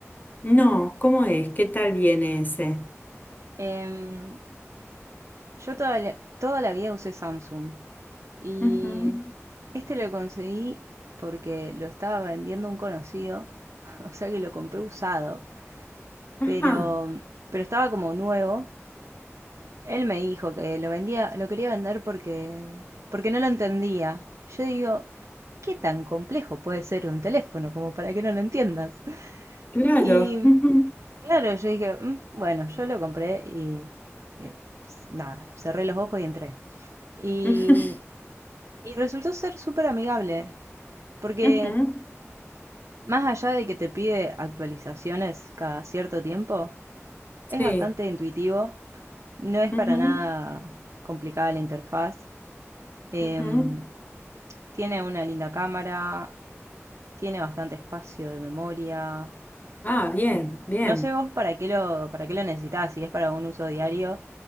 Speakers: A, on the left; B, on the right.
A: No, ¿cómo es? ¿Qué tal viene ese?
B: Em, yo toda la, toda la vida usé Samsung y
A: Ujú.
B: este lo conseguí porque lo estaba vendiendo un conocido, <laughs> o sea que lo compré usado,
A: Ajá,
B: pero, pero estaba como nuevo Él me dijo que lo vendía, lo quería vender porque, porque no lo entendía. Yo digo, ¿qué tan complejo puede ser un teléfono como para que no lo entiendas? <laughs>
A: claro.
B: Y
A: ujú,
B: claro, yo dije, "Mm, bueno, yo lo compré y eh, s- nada, cerré los ojos y entré. Y,
A: <laughs> ujú,
B: y resultó ser súper amigable, porque
A: ujú,
B: más allá de que te pide actualizaciones cada cierto tiempo, es
A: Sí.
B: bastante intuitivo, no es
A: ujú,
B: para nada complicada la interfaz Em,
A: ujú.
B: tiene una linda cámara, tiene bastante espacio de memoria.
A: Ah, bien,
B: eh,
A: bien.
B: no sé vos para qué lo, para qué lo necesitás, si es para un uso diario,